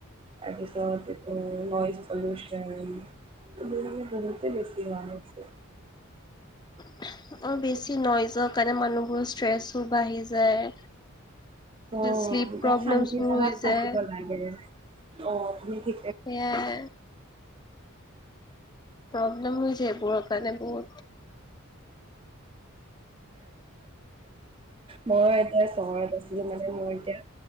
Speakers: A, on the right; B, on the left.
A: তাৰপিছত এইটো নইজ পলিউশ্যন, এইবোৰ মানে বহুতে বেছি হোৱা হৈছে।
B: <inaudible> অ', বেছি নইজৰ কাৰণে মানুহবোৰ ষ্ট্ৰেছ টো বাঢ়ি যায়,
A: অ
B: শ্লিপ
A: এতিয়া
B: প্ৰব্লেমছো
A: শান্তি জাগাত
B: হৈ
A: থাকিব
B: যায়।
A: লাগে, অ', তুম কি
B: সেইয়াই প্ৰব্লেম হৈছে এইবোৰৰ কাৰণে বহুত।
A: মই এতিয়া চহৰত আছিলো মানে মোৰ এতিয়া